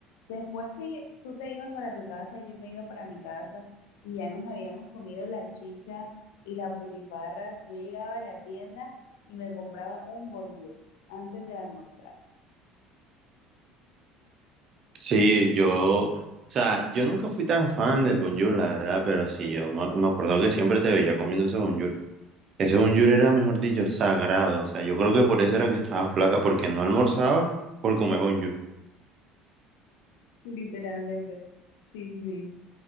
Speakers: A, on the left; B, on the right.
A: Después que tú te ibas para tu casa, yo me iba para mi casa y ya nos habíamos comido las chichas y las butifarras, yo llegaba a la tienda y me compraba un bonjour antes de almorzar. <laughs>
B: Sí, yo, o sea, yo nunca fui tan fan del bonjour, la verdad, pero sí, yo me, me acuerdo que siempre te veía comiendo ese bonjour. Ese bunyur era, mejor dicho, sagrado. O sea, yo creo que por eso era que estaba flaca, porque no almorzaba por comer bunyur.
A: Y literalmente, sí, sí,